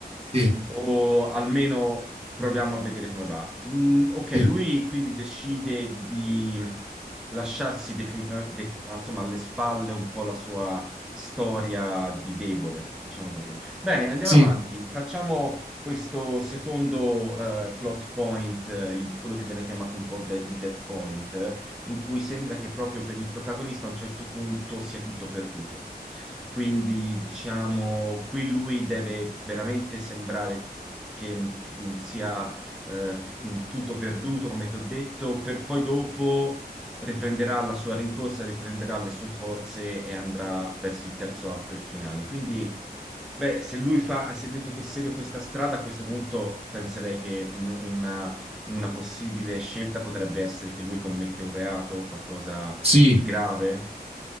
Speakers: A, on the right (about 35°); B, in the centre.
A: sì,
B: o almeno proviamo a vedere come va. Mm, ok,
A: sì,
B: lui quindi decide di lasciarsi definitivamente, insomma, alle spalle un po' la sua storia di debole, diciamo così. Bene, andiamo
A: sì,
B: avanti. Facciamo questo secondo eh, plot point, eh, il- quello che viene chiamato un po' de- il dead point, eh, in cui sembra che proprio per il protagonista a un certo punto sia tutto perduto. Quindi, diciamo, qui lui deve veramente sembrare che mh, sia eh, f- mh, tutto perduto, come ti ho detto, per poi dopo riprenderà la sua rincorsa, riprenderà le sue forze e andrà verso il terzo atto, il finale. Quindi Beh, se lui fa, se ha detto che segue questa strada, a questo punto penserei che un- una, una possibile scelta potrebbe essere che lui commette un reato, qualcosa
A: sì.
B: di grave.